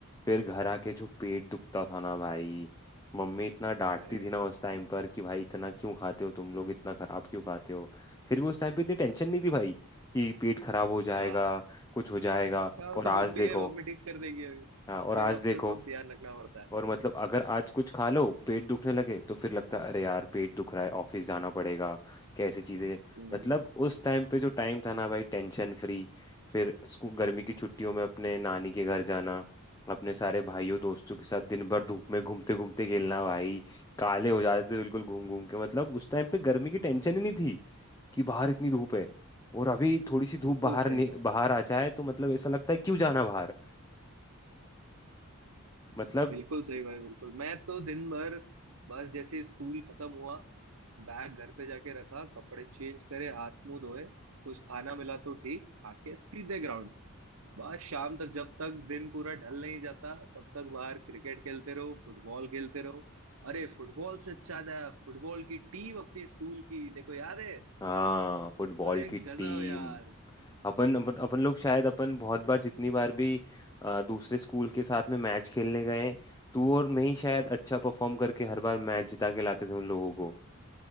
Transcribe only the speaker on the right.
अरे
हाँ
हाँ,
तो
मम्मी
है मम्मी ठीक कर देगी अभी
अरे
अब
तो सब ध्यान रखना पड़ता है
हम्म
बिल्कुल
सही
भाई
बिल्कुल सही भाई बिल्कुल मैं तो दिन भर बस जैसे ही स्कूल खत्म हुआ बैग घर पे जाके रखा कपड़े चेंज करे हाथ मुंह धोए कुछ खाना मिला तो ठीक खा के सीधे ग्राउंड बस शाम तक जब तक दिन पूरा ढल नहीं जाता तब तक बाहर क्रिकेट खेलते रहो फुटबॉल खेलते रहो अरे फुटबॉल से ज्यादा फुटबॉल की टीम अपनी स्कूल की देखो याद है
अरे
गजब यार